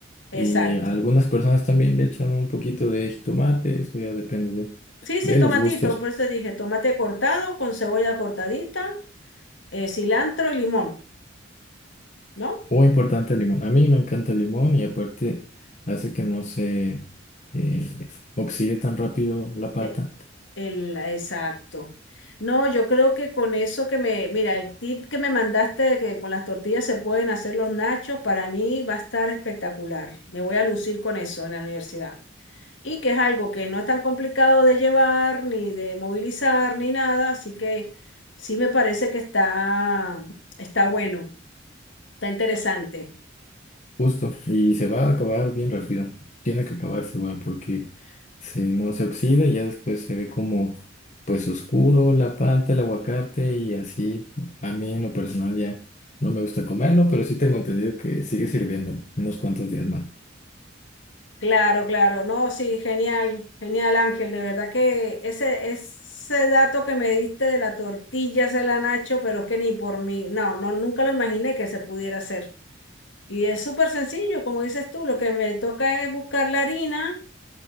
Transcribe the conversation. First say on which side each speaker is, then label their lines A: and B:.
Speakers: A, on the left; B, on the left.
A: Y
B: Exacto.
A: a algunas personas también le echan un poquito de jitomate, eso ya depende
B: Sí, sí,
A: de, de
B: tomatito,
A: los gustos.
B: por eso dije, tomate cortado con cebolla cortadita, eh, cilantro, limón, ¿no?
A: muy importante el limón. A mí me encanta el limón y aparte hace que no se eh, oxide tan rápido la palta.
B: Eh, el, exacto. No, yo creo que con eso que me, mira, el tip que me mandaste de que con las tortillas se pueden hacer los nachos, para mí va a estar espectacular. Me voy a lucir con eso en la universidad. Y que es algo que no es tan complicado de llevar, ni de movilizar, ni nada, así que sí me parece que está, está bueno, está interesante.
A: Justo. Y se va a acabar bien rápido. Tiene que acabarse igual porque se, no se oxida y ya después se ve como pues oscuro la palta, el aguacate y así. A mí en lo personal ya no me gusta comerlo, pero sí tengo entendido que sigue sirviendo unos cuantos días más.
B: Claro, claro, no, sí, genial, genial Ángel, de verdad que ese, ese dato que me diste de la tortilla se la Nacho, pero es que ni por mí, no, no, nunca lo imaginé que se pudiera hacer. Y es súper sencillo, como dices tú, lo que me toca es buscar la harina